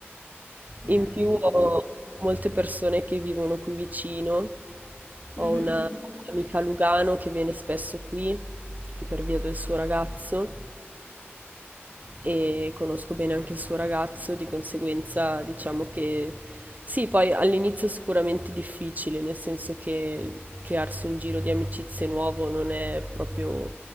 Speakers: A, on the right; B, on the left.
A: In
B: beh,
A: più
B: com-
A: ho molte persone che vivono qui vicino,
B: Mhm,
A: ho una amica a Lugano che viene spesso qui per via del suo ragazzo e conosco bene anche il suo ragazzo, di conseguenza diciamo che sì, poi all'inizio è sicuramente difficile, nel senso che crearsi un giro di amicizie nuovo non è proprio